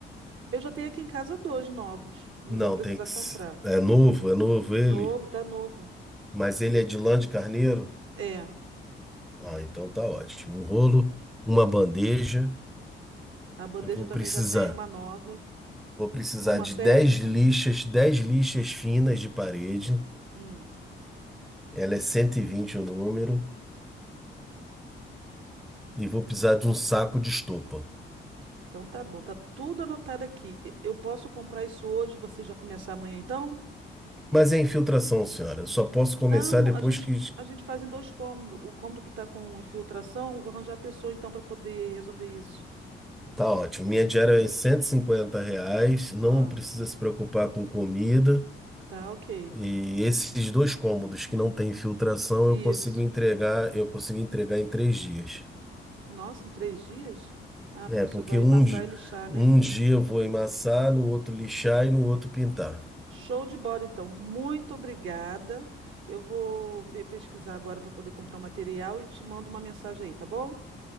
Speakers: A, on the right (about 75°); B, in the centre.
A: Eu já tenho aqui em casa dois novos. Não
B: não,
A: vou precisar
B: tem que,
A: comprar.
B: s- é novo, é novo ele,
A: Novo, tá novo.
B: mas ele é de lã de carneiro.
A: É,
B: Ah, então tá ótimo. Um rolo, uma bandeja,
A: a bandeja
B: eu vou
A: eu também
B: precisar.
A: já tem uma nova.
B: Vou precisar
A: Uma
B: de
A: serve?
B: dez lixas, 10 lixas finas de parede.
A: Hum,
B: Ela é 120 o número e vou precisar de um saco de estopa.
A: então tá bom, tá tudo anotado aqui. E- Eu posso comprar isso hoje, você já começar amanhã então?
B: Mas é infiltração, senhora. Só posso começar
A: Não,
B: depois
A: a gente
B: que
A: a gente faz em dois cômodos. O cômodo que tá com infiltração, eu vou arranjar a pessoa então para poder resolver isso.
B: tá ótimo. Minha diária é em 150 reais, não
A: Ah,
B: precisa se preocupar com comida.
A: tá, ok.
B: E esses dois cômodos que não tem infiltração, eu
A: Isso.
B: consigo entregar, eu consigo entregar em três dias.
A: Nossa, em três dias? Ah,
B: É,
A: porque
B: porque
A: você vai
B: um,
A: massar
B: di-
A: e lixar, né?
B: um dia eu vou emassar, no outro lixar e no outro pintar.
A: Show de bola, então. Muito obrigada. Eu vou ver, pesquisar agora para poder comprar o material e te mando uma mensagem aí, tá bom?